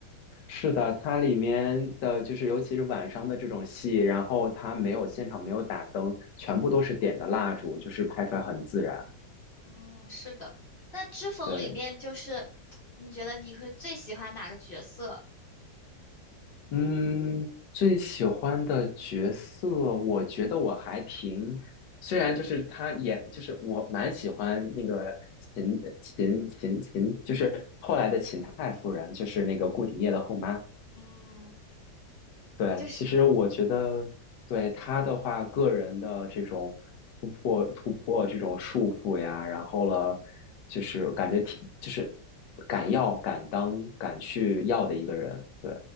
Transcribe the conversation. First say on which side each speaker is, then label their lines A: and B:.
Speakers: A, on the left (about 70°); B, on the left (about 45°).
A: 是的，它里面的就是尤其是晚上的这种戏，然后它没有现场没有打灯，全部都是点的蜡烛，就是拍出来很自然。
B: 嗯，是的。那《知否》里面就是你觉得你会最喜欢哪个角色？
A: 对。嗯，最喜欢的角色，我觉得我还挺，虽然就是他演，就是我蛮喜欢那个秦秦秦秦，就是后来的秦太夫人，就是那个顾廷烨的后妈。
B: 嗯，
A: 对，
B: 就是。
A: 其实我觉得对他的话，个人的这种突破突破这种束缚呀，然后了，就是感觉挺就是敢要敢当敢去要的一个人。对，